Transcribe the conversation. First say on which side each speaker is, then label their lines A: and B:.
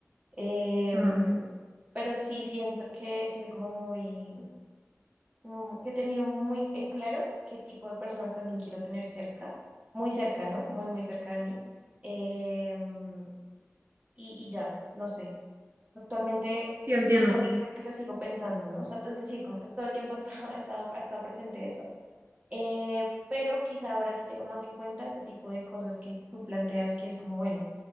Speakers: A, on the right (about 30°); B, on the right (about 50°).
A: Em,
B: Ajá.
A: pero sí siento que he sido como muy, como que he tenido muy en claro qué tipo de personas también quiero tener cerca, muy cerca, ¿no? Muy, muy cerca de mí. Em, y, y ya, no sé. Actualmente
B: Sí, entiendo.
A: igual creo que lo sigo pensando, ¿no? O sea, es decir, como que todo el tiempo ha estado, <laughs> ha estado, ha estado presente eso. Eh, pero quizá ahora sí tengo más en cuenta este tipo de cosas que tú planteas, que es como, bueno,